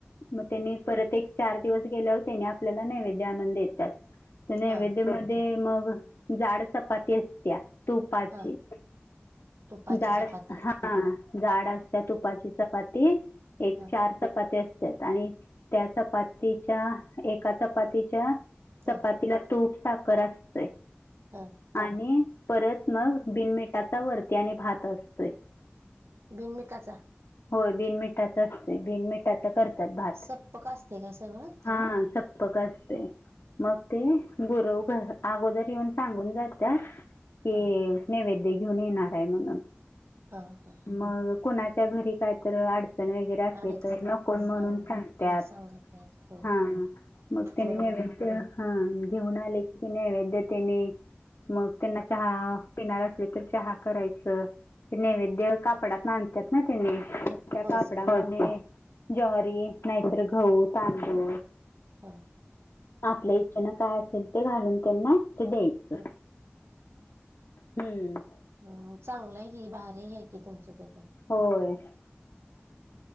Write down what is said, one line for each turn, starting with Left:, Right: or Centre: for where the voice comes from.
Left: मग त्यांनी परत एक चार दिवस गेल्यावर आपल्याला नैवेद्य आणून देतात त नैवेद्य
Right: हा हा
Left: मध्ये मग जाड चपाती असत्या तुपाची
Right: हा तुपाची
Left: जाड
Right: चपाती
Left: हा जाड असत तुपाची चपाती एक
Right: हा
Left: चार चपाती असतात. आणि त्या चपातीच्या एका चपातीच्या
Right: हा
Left: चपातीला तूप साखर असतय.
Right: हां.
Left: आणि परत मग बिनमिटाचा वरती आणि भात असतोय.
Right: बिन मिठाचा?
Left: होय बिनमिठाच असते. बिनमीठाच करतात भात
Right: सप्पक असते काय सगळं
Left: हा स्वयंपाक असते मग ते गुरव घर अगोदर येऊन सांगून जातात की
Right: हा
Left: नैवेद्य घेऊन येणार आहे म्हणून.
Right: हा -हा.
Left: मग कुणाच्या घरी काय तर अडचण वगैरे
Right: अडचण
Left: नको
Right: सांगा
Left: म्हणून सांगत्यात
Right: मग सांगा त्यात हो
Left: हा हा मग त्यांनी
Right: बरोबर
Left: नैवेद्य
Right: आहे
Left: हा घेऊन आले की नैवेद्य तेनी मग त्यांना चहा पिणार असलीत तर चहा करायचं ते नैवेद्य कापडातन आणण्यात ना त्याने मग त्या
Right: होयच
Left: कापडामध्ये
Right: की
Left: ज्वारी नाहीतर गहू तांदूळ
Right: हा
Left: आपल्या इच्छेनं काय असेल ते घालून त्यांना ते द्यायचं
Right: ह
Left: हम्म
Right: ह चांगलं आहे कि भारी आहे कि तुमच्या तिथं
Left: होय